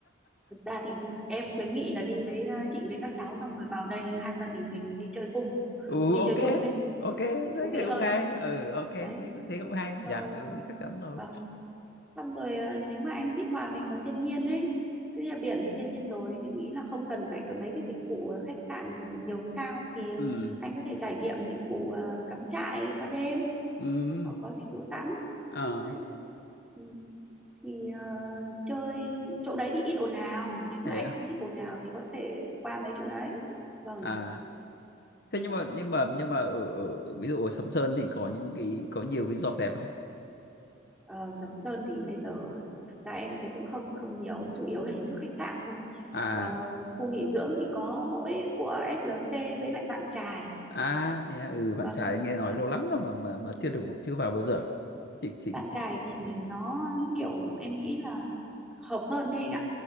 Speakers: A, in the centre; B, on the left (about 55°).
A: Thực ra thì em khuyến nghị là đi với ờ, chị với các cháu xong rồi vào đây hai gia đình mình đi chơi cùng
B: Ừ
A: đi
B: ok.
A: chơi chung ấy
B: Ok,
A: thì
B: thấy
A: thú vị
B: cái cũng
A: hơn
B: hay. Ừ ok, thấy
A: đấy
B: thấy cũng hay.
A: cho
B: Dạ, ừ chắc chắn rồi.
A: vâng xong rồi ờ, nếu mà anh thích hòa mình vào thiên nhiên ấy tức là biển thì thiên nhiên rồi nhưng ý là không cần phải có mấy cái dịch vụ ờ, khách sạn ờ, nhiều sao thì
B: Ừ.
A: anh có thể trải nghiệm dịch vụ ờ, cắm trại qua đêm
B: Ừ.
A: họ có dịch vụ sẵn
B: Ờ
A: đấy Ừ, thì ờ, chơi chỗ đấy thì ít ồn ào nếu mà
B: thế
A: anh
B: à.
A: không thích ồn ào thì có thể qua mấy chỗ đấy vâng
B: À thế nhưng
A: đó
B: mà nhưng mà nhưng mà ở, ở ví dụ ở Sầm Sơn thì có những cái có nhiều resort đẹp không?
A: Ờ, Sầm Sơn thì bây giờ thực ra em thấy cũng không không nhiều, nó chủ yếu là hình thức khách sạn thôi.
B: À
A: Ờ, khu nghỉ dưỡng thì có mỗi của FLC với lại Vạn Chài.
B: À, thế à, ừ, bạn
A: Vâng,
B: trai nghe nói
A: vâng.
B: lâu lắm rồi mà mà mà chưa được chưa vào bao giờ. Chị chị
A: Vạn Chài
B: chị.
A: thì nó kiểu em nghĩ là hợp hơn đấy anh ạ.